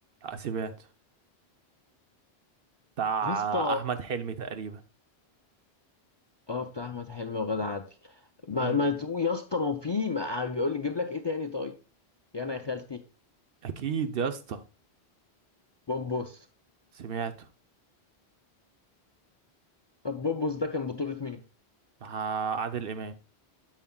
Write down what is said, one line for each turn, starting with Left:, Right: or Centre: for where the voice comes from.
Right: سمعته بتاع
Left: يا اسطى
Right: أحمد حلمي تقريبا
Left: اه بتاع احمد حلمي وغادة عادل ما,
Right: امم
Left: ما تقول يا اسطى ما في ما يقول لي جيب لك ايه تاني طيب يا انا يا خالتي
Right: أكيد يا اسطى
Left: بوبوس
Right: سمعته
Left: طب بوبوس ده كان بطولة مين
Right: مع عادل إمام